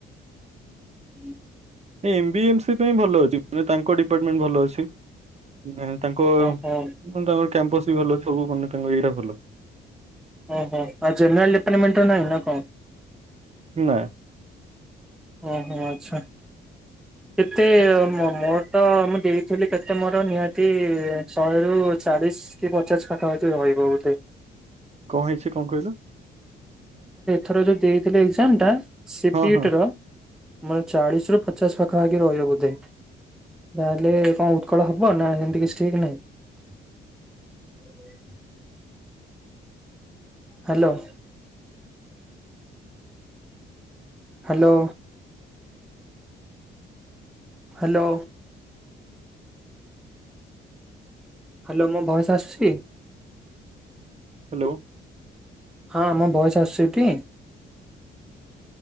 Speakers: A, in the centre; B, on the right (about 35°).
A: ହୁଁ।
B: M B A M C A ପାଇଁ ଭଲ ଅଛି ମାନ ତାଙ୍କ ଡିପାର୍ଟମେଣ୍ଟ ଭଲ ଅଛି ନା। ତାଙ୍କ
A: ଓହୋ
B: ତାଙ୍କର କ୍ୟାମ୍ପସ ବି ଭଲ ସବୁ ମାନେ ତାଙ୍କ ଏଇଟା ଭଲ।
A: ଓହୋ ଆଉ ଜେନେରାଲ ଡିପାର୍ଟମେଣ୍ଟ ର ନାହିଁ ନା କଣ?
B: ନା।
A: ଓହୋ ଆଚ୍ଛା। କେତେ ମୋର ତ ମୁଁ ଦେଇଥିଲି କେତେ ମୋର ନିହାତି ଶହେରୁ ଚାଳିଶ କି ପଚାଶ ପାଖା ପାଖି ରହିବ ବୋଧେ।
B: କଣ, ହେଇଛି କଣ କହିଲ?
A: ଥର ଯୋଉ ଦେଇଥିଲି ଏଜାମ ଟା ସେପିଟିର
B: ହଁ ହଁ
A: ମରେ ଚାଳିଶରୁ ପଚାଶ ପାଖାପାଖି ରହିବା ବୋଧେ ନହେଲେ କଣ ଉତ୍କଳ ହବ ନା ସେମିତି କିଛି ଠିକ ନାହିଁ <inaudible> ହାଲୋ ହାଲୋ ହଲୋ ହାଲୋ ମୁଁ ଭୟସ ଆସୁଛି
B: ହାଲୋ
A: ହଁ ମୋ ବୟସ ଆସଚିଟି